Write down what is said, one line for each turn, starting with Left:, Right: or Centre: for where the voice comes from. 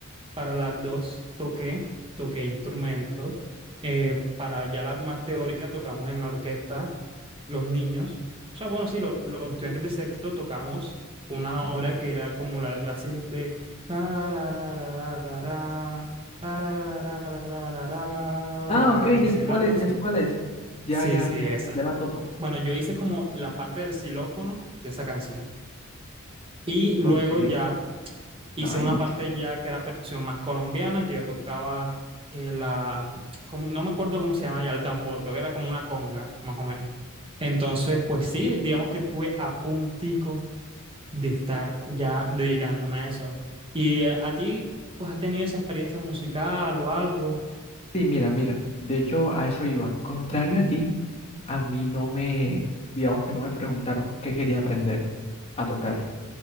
Right: para las dos toqué, toqué instrumentos. Eh, para ya las más teóricas tocamos en la orquesta los niños. O sea, bueno, sí, lo- los estudiantes de sexto tocamos una obra que era como la de Brasil de... ra, ra, ra, ra, ra, ra, ra, ra, ra, ra, ra, ra, ra, ra, ra,
Left: Ah, ok,
Right: Brasil,
Left: ya sé cuál
Right: algo
Left: es,
Right: así.
Left: ya sé cuál es. Ya,
Right: Sí,
Left: ya,
Right: sí, esa.
Left: ya la topo.
Right: Bueno, yo hice como la parte del xilófono de esa canción. Y luego
Left: Ok.
Right: ya Hice
Left: Nice.
Right: una parte ya que era percusión más colombiana, que yo tocaba eh, la, como- no me acuerdo cómo se llama ya, el tambor, creo que era como una conga, más o menos. Entonces, pues sí, digamos que estuve a puntico de estar ya dedicándome a eso. ¿Y eh, a ti, pues has tenido esa experiencia musical o algo?
Left: Sí, mira, mira. De hecho, a eso iba. Contrario a ti, a mí no me, digamos que no me preguntaron qué quería aprender a tocar.